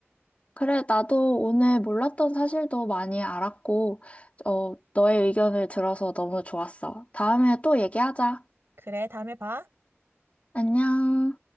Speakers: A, on the left; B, on the right.
A: 그래, 나도 오늘 몰랐던 사실도 많이 알았고, 어, 너의 의견을 들어서 너무 좋았어. 다음에 또 얘기하자.
B: 그래, 다음에 봐.
A: 안녕.